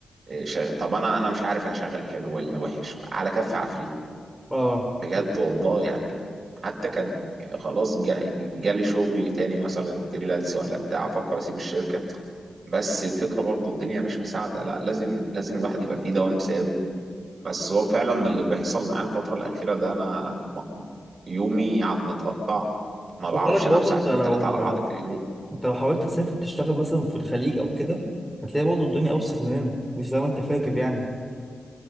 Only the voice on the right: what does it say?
شغال طب انا انا مش عارف انا شغال حلو ولا وحش على كف عفريت
بجد والله يعني حتى كان خلاص جا- جالي شغل تاني مثلا فريلانس ولا بتاع افكر اسيب الشركه بس الفكره برضو الدنيا مش مساعده لا لازم لازم الواحد يبقى فيه دوام ثابت بس هو فعلا اللي بيحصل معايا الفتره الاخيره ده انا م- يومي عاد متقطع ما بعرفش
انام ساعتين
ثلاثه على بعض في اليوم